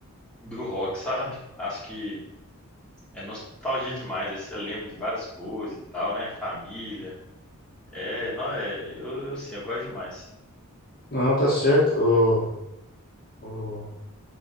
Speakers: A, in the centre; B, on the left.
A: do rock, sabe? Acho que é nostalgia demais. Aí você lembra de várias coisas e tal, né? Família. É, não, é, eu, eu sim, eu gosto demais.
B: Não, tá certo. O- o-